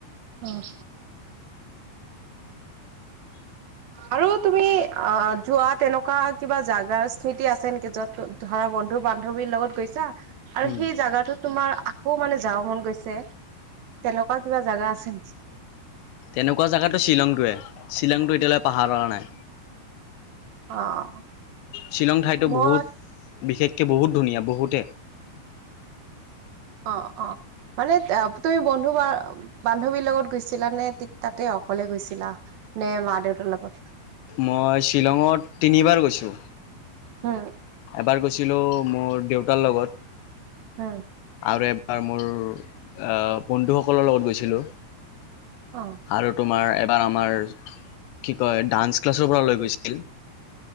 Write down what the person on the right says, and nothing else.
অহ আৰু তুমি অ যোৱা তেনেকুৱা কিবা জাগাৰ স্মৃতি আছে নেকি য'ত ধৰা বন্ধু বান্ধৱীৰ লগত গৈছা আৰু
সেই জোগাটোত তোমাৰ আকৌ মানে যাব মন গৈছে তেনেকুৱা কিবা জাগা আছে নেকি
অ
মই
অ অ মানেত আ তুমি বন্ধু বা বান্ধৱীৰ লগত গৈছিলা নে টি তাতেই অকলে গৈছিলা নে মা দেউতাৰ লগত?
হু
হয়
অ',